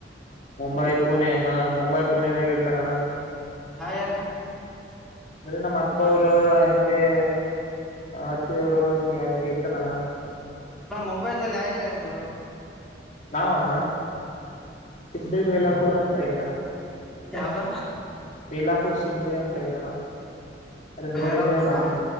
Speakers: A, on the left (about 40°); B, in the centre.
A: ಮುಂಬೈ ಪುಣೆ ಹಾ ಮುಂಬೈ ಪುಣೆದಾಗ ಇರ್ತಾರ ಅಣ್ಣ
B: ಹಾ ಯಾರ
A: ಅರೆ ನಮ್ಮ್ ಅಕ್ಕವರು ಹೆಿಂಗೆ ಅತ್ತಿಯವರು ಹ್ಗೆ ಯಾರ ಇರ್ತಲ್ಲಣ್ಣ
B: ನಾ ಮುಂಬೈದಲ್ಲಿ ಯ ಯಾರ ಅಂದೇನು
A: ನಾವಣ್ಣ ಸಿಬಿಬಳ್ಳಾಪುರ ಅಂತ ಐತಣ್ಣ
B: ಯಾವ್ದ
A: ಬೇಲಾಪುರ್ ಸಿಬಡಿ ಅಂತಯ್ತಾನ ಅರೆ
B: ಬೇಲಾಪುರ
A: ನೋಡಿಲಲ್ಲ ನ